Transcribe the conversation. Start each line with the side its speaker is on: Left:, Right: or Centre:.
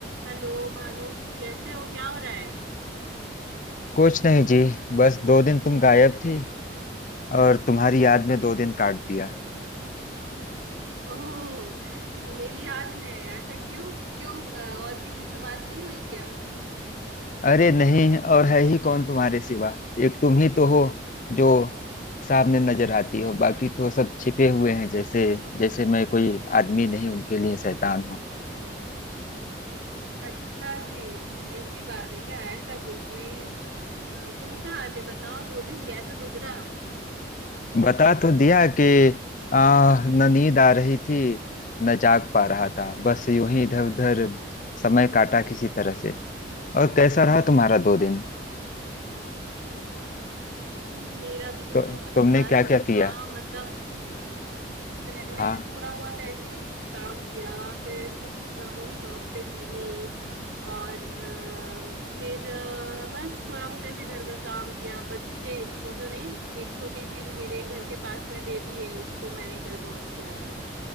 Right: Hello Bhanu कैसे हो क्या हो रहा है
Left: कुछ नहीं जी बस दो दिन तुम गायब थी और तुम्हारी याद में दो दिन काट दिया
Right: ओह मेरी याद में है ऐसा क्यों क्यों अ, और किसी से बात नहीं हुई क्या
Left: अरे नहीं और है ही कौन तुम्हारे सिवा एक तुम ही तो हो जो सामने नजर आती हो बाकी तो सब छिपे हुए हैं जैसे जैसे मैं कोई आदमी नहीं उनके लिए शैतान हूँ
Right: अच्छा जी ऐसी बात है क्या ऐसा कुछ नहीं है अ, तुम कहाँ आते बताओ दो दिन कैसा गुजरा
Left: बता तो दिया कि आ न नींद आ रही थी न जाग पा रहा था बस यूं ही इधर उधर समय काटा किसी तरह से और कैसा रहा तुम्हारा दो दिन
Right: हम्म, मेरा भी दो
Left: तो
Right: दिन कुछ
Left: तुमने
Right: खास
Left: क्या
Right: नहीं
Left: क्या किया
Right: था मतलब मैंने
Left: हाँ
Right: थोड़ा बहुत ऐसे ही काम किया फिर थोड़ा बहुत शॉप पे घूमी और अ, फिर अ, बस थोड़ा बहुत ऐसे घर का काम किया बच्चे वो जो नहीं एक छोटी सी मेरे घर के पास में बेबी है उसको मैंने कल बहुत खिलाया